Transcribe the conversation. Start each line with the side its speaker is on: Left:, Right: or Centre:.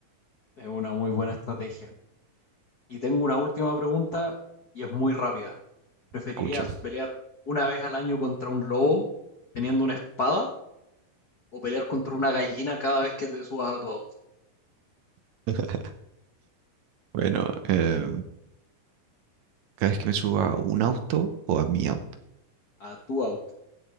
Left: Es una muy buena estrategia. Y tengo una última pregunta y es muy rápida. ¿Preferirías
Right: Escucho.
Left: pelear una vez al año contra un lobo teniendo una espada o pelear contra una gallina cada vez que te subas a tu auto?
Right: <laughs> Bueno, eh, cada vez que me suba a un auto o a mi auto.
Left: A tu auto.